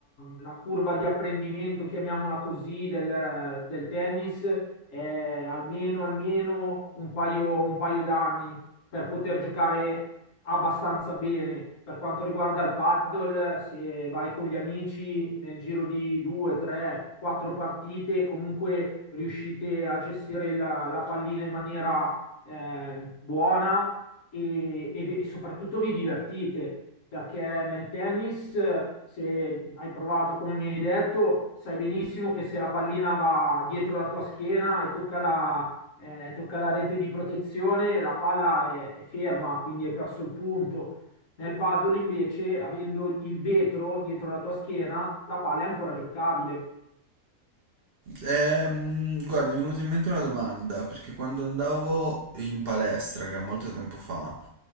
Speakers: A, on the left; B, on the right.
A: la curva di apprendimento, chiamiamola così, del, del tennis è almeno, almeno un paio, un paio d'anni per poter giocare abbastanza bene. Per quanto riguarda il paddle, se vai con gli amici nel giro di due, tre, quattro partite, comunque riuscite a gestire la, la pallina in maniera eh, buona e, e vi- soprattutto vi divertite. Perché nel tennis, eh, se hai provato come mi hai detto, sai benissimo che se la pallina va dietro la tua schiena e tocca la eh, tocca la rete di protezione, la palla è, è ferma, quindi hai perso il punto. Nel paddle invece, avendo il vetro dietro la tua schiena, la palla è ancora giocabile.
B: Ehm, guarda, mi è venuta in mente una domanda, perché quando andavo in palestra, che è molto tempo fa,